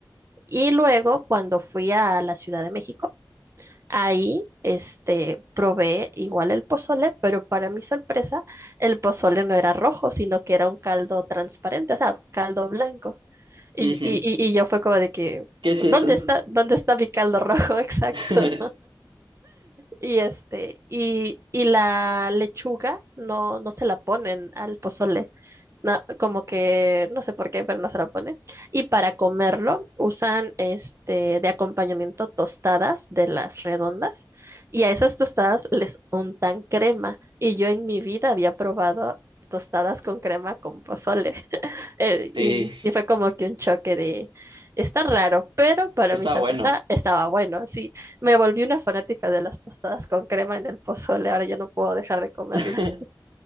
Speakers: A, on the right; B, on the right.
A: Y luego cuando fui a la Ciudad de México, ahí este, probé igual el pozole, pero para mi sorpresa, el pozole no era rojo, sino que era un caldo transparente, o sea, caldo blanco. Y,
B: Ujú.
A: y, y y yo fue como de que,
B: ¿Qué es
A: ¿dónde
B: eso?
A: está, dónde está mi caldo rojo? <laughs> Exacto.
B: <laughs>
A: Y este, y, y la lechuga no, no se la ponen al pozole, na- como que no sé por qué, pero no se lo pone. Y para comerlo usan este de acompañamiento tostadas de las redondas y a esas tostadas les untan crema. Y yo en mi vida había probado tostadas con crema con pozole. <laughs> Eh, y
B: Sí,
A: sí fue como que un choque de, está raro, pero para
B: está
A: mi sorpresa
B: bueno.
A: estaba bueno. Sí, me volví una fanática de las tostadas con crema en el pozole, ahora ya no puedo dejar de comerlas.
B: <laughs>